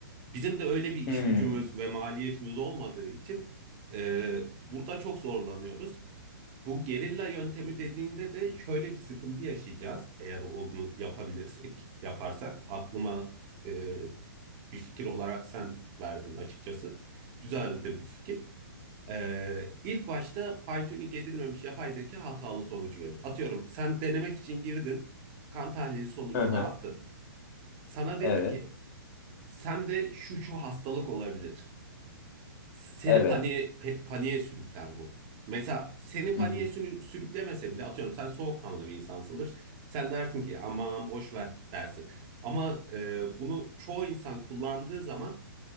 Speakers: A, on the right; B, on the left.
A: Bizim de öyle bir iş
B: Hmm.
A: gücümüz ve maliyetimiz olmadığı için e, burada çok zorlanıyoruz. Bu gerilla yöntemi dediğinde de şöyle bir sıkıntı yaşayacağız. Eğer onu yapabilirsek, yaparsak aklıma e, bir fikir olarak sen verdin açıkçası. Güzel de bir fikir. Ee, ilk başta fine-tuning edilmemiş yapay zeka hatalı sonucu verir. Atıyorum sen denemek için girdin, kan tahlili sonucunu
B: Hı hı.
A: attın. Sana
B: Evet.
A: dedi ki sende şu şu hastalık olabilir seni
B: Evet.
A: paniğe pe- paniğe sürükler bu. Mesela seni
B: Hı
A: paniğe
B: hı.
A: sürü- sürüklemese bile atıyorum sen soğukkanlı bir insansındır. Sen dersin ki aman boş ver dersin. Ama e, bunu çoğu insan kullandığı zaman